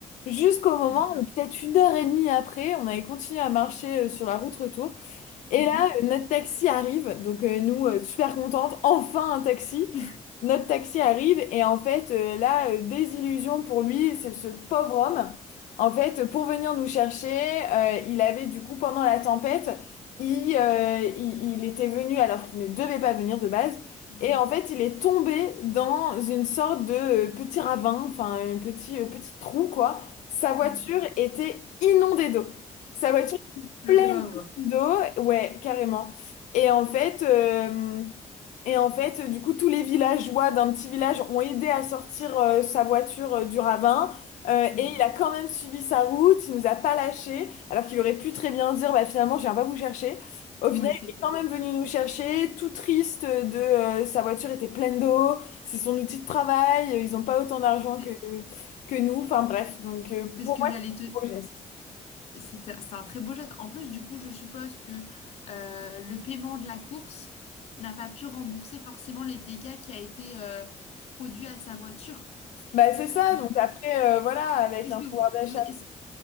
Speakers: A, on the left (about 80°); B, on the left (about 55°).
A: Jusqu'au moment
B: D'accord.
A: où, peut-être une heure et demie après, on avait continué à marcher euh, sur la route retour. Et
B: Mhm.
A: là, euh, notre taxi arrive, donc euh, nous, euh, super contentes, enfin un taxi.
B: <laughs>
A: Notre taxi arrive et en fait, euh, là, euh, désillusion pour lui, ce, ce pauvre homme. En fait, pour venir nous chercher, euh, il avait du coup, pendant la tempête, il, euh, il, il était venu alors qu'il ne devait pas venir de base.
B: Mhm.
A: Et en fait, il est tombé dans une sorte de euh, petit ravin, enfin, un petit, euh, petit trou, quoi. Sa voiture
B: Ok.
A: était inondée d'eau. Sa voiture était
B: Le
A: pleine
B: pauvre.
A: d'eau, ouais, carrément. Et en fait, euh, et en fait, du coup, tous les villageois d'un petit village ont aidé à sortir euh, sa voiture euh, du ravin. euh,
B: Mhm.
A: et il a quand même suivi sa route, il nous a pas lâchés, alors qu'il aurait pu très bien dire, bah finalement, je viens pas vous chercher. Au final,
B: Oui, c'est
A: il
B: clair.
A: est quand même venu nous chercher, tout triste de euh, sa voiture était pleine d'eau, c'est son outil de travail, ils ont pas autant d'argent
B: C'est
A: que que nous. Enfin bref, donc euh,
B: c'est
A: pour
B: ce que
A: moi,
B: j'allais
A: c'est un
B: te...
A: beau geste.
B: C'est c'est un très beau geste. En plus, du coup, je suppose que euh, le paiement de la course n'a pas pu rembourser forcément les dégâts qui a été euh, produit à sa voiture,
A: Bah, c'est ça,
B: je
A: donc
B: suppose.
A: après, euh, voilà, avec
B: Est-ce
A: un
B: que
A: pouvoir
B: vous,
A: d'achat.
B: vous- est-ce,